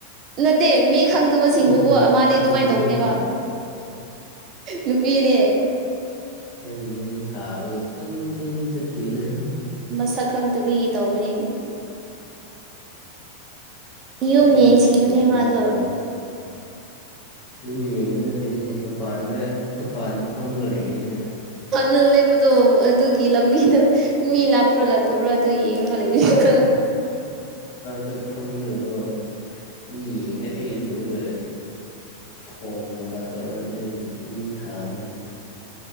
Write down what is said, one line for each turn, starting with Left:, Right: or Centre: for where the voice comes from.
Right: ꯅꯠꯇꯦ ꯃꯤ ꯈꯪꯗꯕꯁꯤꯡꯕꯨꯀꯣ
Left: ꯌꯥꯝ
Right: ꯃꯥꯗꯤ
Left: ꯐꯤꯡꯕꯒꯤ
Right: ꯑꯗꯨꯃꯥꯏꯅ ꯇꯧꯕꯅꯦꯕ
Left: ꯇꯥꯏꯞꯇ
Right: ꯅꯨꯄꯤꯅꯦ
Left: ꯑꯩꯅ ꯅꯨꯡ ꯊꯥꯕꯒꯤ ꯀꯅꯤꯡꯡ ꯀꯅꯤꯡꯡ ꯆꯠꯈꯤꯕꯦ ꯑꯗꯨ
Right: ꯃꯁꯛ ꯈꯪꯗ ꯃꯤꯒꯤ ꯇꯧꯕꯅꯤ ꯌꯨꯝ
Left: ꯑꯩꯕꯨ
Right: ꯌꯦꯡ
Left: ꯀꯔꯤ
Right: ꯁꯤꯡꯕꯅꯤ
Left: ꯈꯪꯗꯕ
Right: ꯃꯥꯗꯣ
Left: ꯌꯨꯝ ꯌꯦꯡꯕ ꯅꯠꯇꯦꯅꯦ ꯃꯄꯥꯟꯗ ꯃꯄꯥꯟꯗ ꯐꯝꯂꯒ ꯂꯩ ꯏꯅꯤ
Right: ꯜꯅꯦꯕꯗꯣ ꯑꯗꯨꯒꯤ ꯂꯝꯕꯤꯗꯣ ꯃꯤ ꯂꯥꯛꯄ꯭ꯔꯥ ꯂꯥꯛꯇꯕ꯭ꯔꯣ ꯑꯗꯨ ꯌꯦ <unintelligible>
Left: ꯆꯞ ꯐꯝꯅꯔꯕꯣ ꯃꯤ ꯌꯦꯡꯉꯒ ꯑꯩ ꯎꯔꯒ ꯀꯣ ꯃꯈꯥ ꯇꯧꯔꯅꯤ ꯑꯩꯅ ꯅꯨꯡ ꯊꯥꯕꯅꯤ